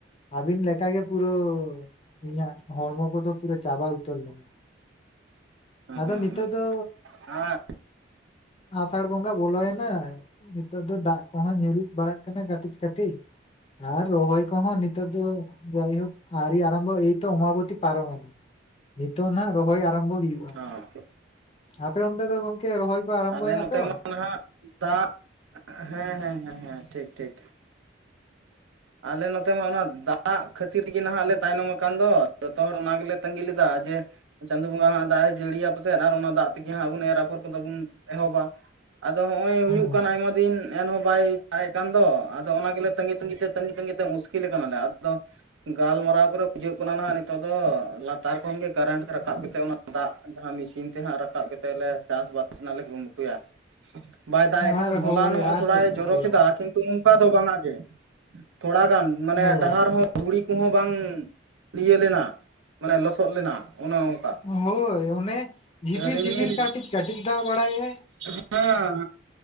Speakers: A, on the left; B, on the right.
A: ᱟᱹᱵᱤᱱ ᱞᱮᱠᱟᱜᱮ ᱳ ᱤᱧᱟᱹᱜ ᱦᱚᱲᱢᱚ ᱠᱚᱫᱚ ᱯᱩᱨᱟᱹ ᱪᱟᱵᱟ ᱩᱛᱟᱹᱨ ᱞᱮᱱᱟ
B: ᱦᱮᱸ
A: ᱟᱫᱚ
B: ᱦᱮᱸ
A: ᱱᱤᱛᱚᱜ ᱫᱚ
B: ᱦᱮᱸ
A: ᱟᱥᱟᱲ ᱵᱚᱸᱜᱟ ᱵᱚᱞᱚᱭᱱᱟ ᱱᱤᱛᱚᱜ ᱫᱚ ᱫᱟᱜ ᱠᱚᱦᱚᱸ ᱧᱩᱨᱩᱜ ᱵᱟᱲᱟᱜ ᱠᱟᱱᱟ ᱠᱟᱹᱴᱤᱡ ᱠᱟᱹᱴᱤᱡ, ᱟᱨ ᱨᱚᱦᱚᱭ ᱠᱚᱦᱚᱸ ᱱᱤᱛᱚᱜ ᱫᱚ ᱡᱟᱭᱦᱳᱠ ᱟᱨᱤ ᱟᱨᱟᱢᱵᱚ ᱮᱭᱛᱚ ᱚᱢᱟᱵᱚᱛᱤ ᱯᱟᱨᱚᱢ ᱮᱱᱟ ᱱᱤᱛᱚᱜ ᱱᱟᱦᱟᱸᱜ ᱨᱚᱦᱚᱭ ᱟᱨᱟᱢᱵᱚᱜ ᱦᱩᱭᱩᱜᱼᱟ,
B: ᱦᱮᱸ
A: ᱟᱯᱮ ᱚᱱᱛᱮ ᱫᱚ ᱜᱚᱢᱠᱮ ᱨᱚᱦᱚᱭ ᱠᱚ ᱟᱨᱟᱢᱵᱚᱭᱱᱟ
B: ᱟᱞᱮ ᱱᱚᱛᱮ
A: ᱥᱮ
B: ᱢᱟ
A: ᱵᱟᱝ?
B: ᱱᱟᱦᱟᱜ ᱫᱟᱜ ᱦᱮᱸ ᱦᱮᱸ ᱦᱮᱸ ᱦᱮᱸ ᱴᱷᱤᱠ ᱴᱷᱤᱠ ᱟᱞᱮ ᱱᱚᱛᱮ ᱢᱟ ᱚᱱᱟ ᱫᱟᱜ ᱠᱷᱟᱹᱛᱤᱨ ᱜᱮ ᱱᱟᱦᱟᱸᱜ ᱞᱮ ᱛᱟᱭᱱᱚᱢ ᱠᱟᱱ ᱫᱚ ᱡᱚᱛᱚ ᱦᱚᱲ ᱚᱱᱟ ᱜᱮᱞᱮ ᱛᱟᱸᱜᱤ ᱞᱮᱫᱟ ᱡᱮ ᱪᱟᱸᱫᱳ ᱵᱚᱸᱜᱟ ᱦᱟᱸᱜ ᱫᱟᱜ ᱮ ᱡᱟᱹᱲᱤᱭᱟ ᱯᱟᱥᱮᱡ ᱟᱨ ᱚᱱᱟ ᱫᱟᱜ ᱛᱮᱜᱮ ᱦᱟᱸᱜ ᱵᱚᱱ ᱮᱨ ᱟᱯᱷᱚᱨ ᱠᱚᱫᱚ ᱵᱚᱱ ᱮᱦᱚᱵᱟ ᱟᱫᱚ ᱦᱚᱸᱜ-ᱚᱭ ᱦᱩᱭᱩᱜ
A: ᱦᱩᱸ
B: ᱠᱟᱱ ᱟᱭᱢᱟ ᱫᱤᱱ ᱮᱱᱦᱚᱸ ᱵᱟᱭ ᱫᱟᱜ-ᱮᱫ ᱠᱟᱱ ᱫᱚ ᱟᱫᱚ ᱚᱱᱟ ᱜᱮᱞᱮ ᱛᱟᱸᱜᱤ ᱛᱟᱸᱜᱤ ᱛᱮ ᱛᱟᱸᱜᱤ ᱛᱟᱸᱜᱤ ᱛᱮ ᱢᱩᱥᱠᱤᱞ ᱠᱟᱱᱟᱞᱮ ᱟᱫᱚ ᱜᱟᱞᱢᱟᱨᱟᱣ ᱠᱚᱨᱮ ᱵᱩᱡᱷᱟᱹᱜ ᱠᱟᱱᱟ ᱱᱟᱦᱟᱸᱜ ᱱᱤᱛᱚᱜ ᱫᱚ ᱞᱟᱛᱟᱨ ᱠᱷᱚᱱ ᱜᱮ ᱠᱟᱨᱮᱱᱴ <unintelligible> ᱨᱟᱠᱟᱵ ᱠᱟᱛᱮ ᱟᱱᱟ ᱫᱟᱜ ᱡᱟᱦᱟᱸ ᱢᱮᱥᱤᱱ ᱛᱮ ᱦᱟᱸᱜ ᱨᱟᱠᱟᱵ ᱠᱮᱛᱮᱜ ᱞᱮ ᱪᱟᱥᱵᱟᱥ ᱨᱮᱱᱟᱜ ᱞᱮ ᱠᱩᱨᱩᱢᱩᱴᱩᱭᱟ ᱵᱟᱭ ᱫᱟᱜ-ᱮᱜ ᱠᱩ
A: ᱟᱨ
B: ᱦᱚᱞᱟ
A: ᱦᱳᱭ
B: ᱱᱚᱜ
A: ᱟᱨ
B: ᱛᱷᱚᱲᱟᱭ
A: ᱪᱮᱫ ᱪᱤᱠᱟᱹᱭᱟᱵᱤᱱ
B: ᱡᱚᱨᱚ ᱠᱮᱫᱟ ᱠᱤᱱᱛᱩ ᱩᱱ ᱚᱱᱠᱟ ᱫᱚ ᱵᱟᱝ ᱜᱮ ᱛᱷᱚᱲᱟ ᱜᱟᱱ ᱢᱟᱱᱮ
A: ᱦᱳᱭ
B: ᱰᱟᱦᱟᱨ ᱦᱚᱸ ᱛᱩᱸᱲᱤ ᱠᱚᱦᱚᱸ ᱵᱟᱝ ᱤᱭᱟᱹ ᱞᱮᱱᱟ᱾ ᱢᱟᱱᱮ ᱞᱚᱥᱚᱫ ᱞᱮᱱᱟ ᱚᱱᱮ ᱚᱱᱠᱟ
A: ᱦᱚᱸᱭ ᱚᱱᱮ ᱡᱤᱯᱤᱨ
B: ᱨᱤᱢᱤᱞ
A: ᱡᱤᱯᱤᱨ ᱠᱟᱹᱴᱤᱡ ᱠᱟᱹᱴᱤᱡ ᱫᱟᱜ ᱵᱟᱲᱟᱭᱮᱜ-ᱟᱭ᱾
B: ᱦᱟᱸ ᱦᱟᱸ᱾